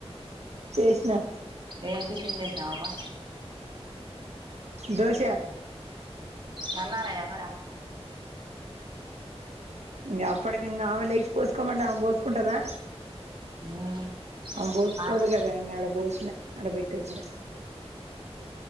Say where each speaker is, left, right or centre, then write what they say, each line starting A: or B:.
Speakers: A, on the right; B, on the right.
A: చేసిన
B: ఏంటి టిఫిన్ చేసినవు నావా
A: దోశ
B: చలా రా అరి ఆ
A: ఇంకా అప్పటికి ఇంకా ఆమె లేచి పోసుకోమండి ఆమె పోసుకుంటదా
B: ఉమ్
A: బోతు
B: ఆ
A: కొదుగా క ఆడ బో అ ఆడ పెట్టి వచ్చిన